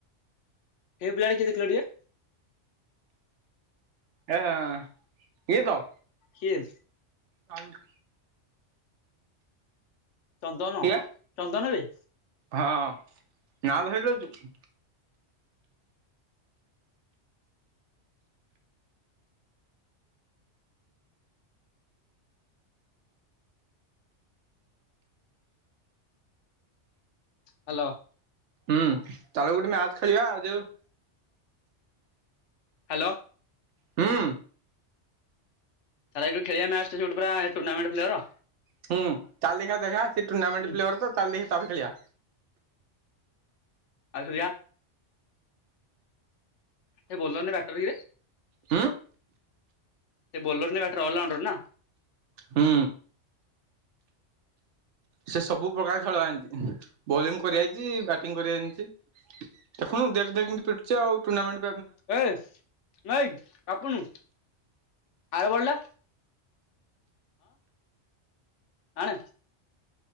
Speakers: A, on the left; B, on the right.
A: ହେ ପିଲାଟି କିଏ ଦେଖିଲ ଟିକେ।
B: ଏ ହଁ ଇଏତ।
A: କିଏ?
B: <unintelligible> ଚାଲୁ।
A: ଚନ୍ଦନ
B: କିଏ
A: ଚନ୍ଦନ ବେ।
B: ହଁ ନା ଧଇଲୁ ନା ତୁ।
A: ହ୍ୟାଲୋ।
B: ହୁଁ ଚାଲବେ ଗୋଟେ ମ୍ୟାଚ ଖେଳିବା ଯୋଉ
A: ହ୍ୟାଲୋ।
B: ହୁଁ।
A: ତାହେଲେ ଏଇଠୁ ଖେଳିବା ମ୍ୟାଚ ସବୁଠି ପୁରା ଟୁର୍ଣ୍ଣାମେଣ୍ଟ ପ୍ଲେଅର୍।
B: ହୁଁ ତାହେଲେ ଦେଖିବା ଦେଖିବା ସେ ଟୁର୍ଣ୍ଣାମେଣ୍ଟ
A: ହୁଁ
B: ପ୍ଲେୟର ତ, ତାଲେ ଦେଖି ତା ଖେଳିବା।
A: ଆସ ଯିବା। ଏ ବୋଲର ନା ବ୍ୟାଟର କିରେ।
B: ହୁଁ
A: ସେ ବୋଲର ନା ବ୍ୟାଟର ଅଲରାଉଣ୍ଡର ନା।
B: ହୁଁ। ସେ ସବୁ ପ୍ରକାର ଖେଳ ଜାଣିଛି। ବୋଲିଂ କରି ଆଇଛି ବ୍ୟାଟିଂ କରି ବା ଜାଣିଛି। ଦେଖୁନୁ ଦେଖ ଦେଖ କେମିତି ପିଟୁଛି ଆଉ ଟୁର୍ଣାମେଟ୍
A: ଏ ନେ ପାପୁନ ଆର ବଲ୍ ଟା। ଆଣ।